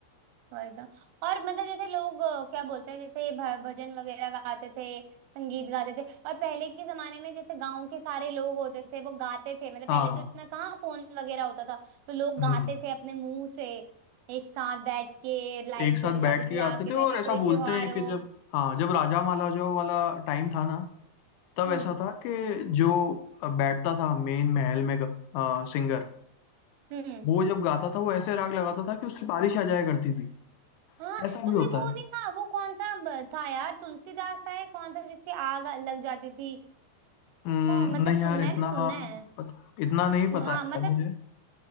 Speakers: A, on the right; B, on the left.
A: वही तो और मतलब जैसे लोग अ, क्या बोलते हैं जैसे भ- भजन वगैरह गाते थे संगीत गाते थे और पहले के जमाने में जैसे गांव के सारे लोग होते थे वो गाते थे मतलब
B: हाँ
A: पहले तो इतना कहाँ फोन वगैरह होता था तो लोग
B: हम्म
A: गाते थे अपने मुंह से एक साथ बैठ के लाइट
B: एक साथ
A: जली जाती
B: बैठ के
A: थी
B: गाते
A: आके
B: थे
A: बैठे
B: और ऐसा
A: कोई
B: बोलते
A: त्योहार
B: हैं
A: हो
B: कि जब हाँ जब राजा महाराजाओं वाला टाइम था ना तब
A: हम्म
B: ऐसा था कि जो बैठता था मेन महल में सिंगर
A: हम्म
B: वो जब गाता था वो ऐसे राग लगाता था कि उससे बारिश आ जाया करती थी
A: हाँ
B: ऐसा भी
A: तुमने
B: होता
A: वो
B: है
A: नहीं था वो कौन सा ब- था यार तुलसीदास था या कौन था जिसके आग लग जाती थी
B: हम्म,
A: कौन मतलब
B: नहीं
A: सुनना
B: यार इतना
A: है ना सुनना है
B: पता, इतना नहीं पता
A: हाँ
B: है
A: मतलब
B: यार मुझे